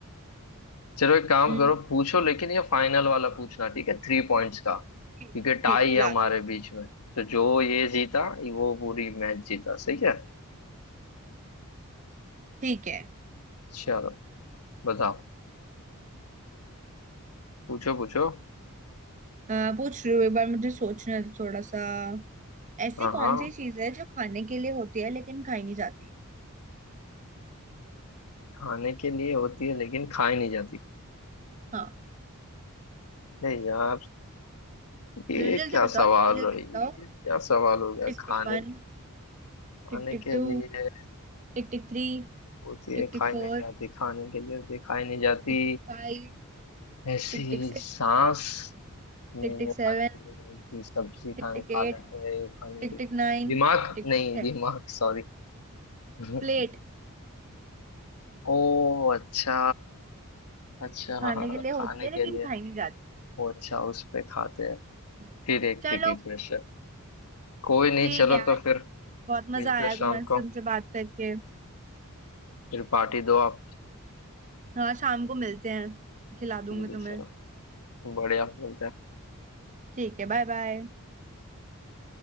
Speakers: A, on the left (about 85°); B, on the right (about 35°).
A: चलो एक काम
B: हम्म,
A: करो पूछो लेकिन ये फाइनल वाला पूछना ठीक है थ्री पॉइंट्स का क्योंकि
B: ठीक ठीक
A: टाई
B: है
A: है
B: लास्ट
A: हमारे बीच में तो जो ये जीता वो पूरी मैच जीता सही है
B: ठीक है
A: चलो बताओ पूछो पूछो
B: आ, पूछ रही हूँ एक बार मुझे सोचने दो थोड़ा सा ऐसी
A: हाँ
B: कौन
A: हाँ
B: सी चीज है जो खाने के लिए होती है लेकिन खाई नहीं जाती
A: खाने के लिए होती है लेकिन खाई नहीं जाती
B: हाँ
A: अरे यार ये
B: जल्दी जल्दी
A: क्या
B: बताओ
A: सवाल
B: जल्दी जल्दी
A: है ये
B: बताओ
A: क्या सवाल हो गया
B: Tick
A: खाने
B: tick one
A: खाने
B: Tick tick
A: के
B: two
A: लिए
B: Tick tick three
A: होती
B: Tick
A: है खाई
B: tick
A: नहीं
B: four
A: जाती खाने के लिए होती है खाई नहीं जाती
B: Tick tick five
A: ऐसी
B: Tick tick six
A: सांस नहीं
B: Tick tick
A: है
B: seven
A: खाने के लिए नहीं होती सब्जी खाने
B: Tick tick
A: खा
B: eight
A: लेते हैं खाने
B: Tick
A: के लिए
B: tick nine
A: दिमाग
B: Tick
A: नहीं
B: tick ten
A: दिमाग सॉरी <laughs>
B: Plate
A: ओ अच्छा अच्छा
B: खाने
A: हाँ,
B: के लिए
A: खाने
B: होती है
A: के
B: लेकिन
A: लिए
B: खाई नहीं जाती
A: ओ अच्छा उस पे खाते हैं
B: हम्म,
A: फिर एक
B: चलो
A: ट्रिकी क्वेश्चन कोई नहीं
B: ठीक
A: चलो
B: है
A: तो
B: आज
A: फिर
B: बहुत
A: मिलते
B: मजा आया
A: हैं शाम
B: तुम्हारे से
A: को
B: तुमसे बात करके
A: फिर पार्टी दो आप
B: हाँ शाम को मिलते हैं खिला दूंगी
A: ठीक है
B: तुम्हें
A: चलो बढ़िया मिलते हैं
B: ठीक है बाय बाय